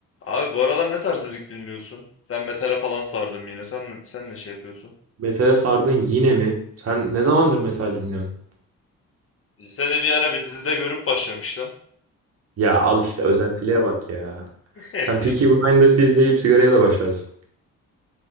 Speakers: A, on the left; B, on the right.
A: Abi bu aralar ne tarz müzik dinliyorsun? Ben metale falan sardım yine. Sen sen ne şey yapıyorsun?
B: Metale sardın yine mi? Sen ne zamandır metal dinliyorsun?
A: Lisede bir ara bir dizide görüp başlamıştım.
B: Ya
A: Son-
B: al işte özentiliğe bak ya.
A: <laughs>
B: Sen Peaky Blinders'ı izleyip sigaraya da başlarsın.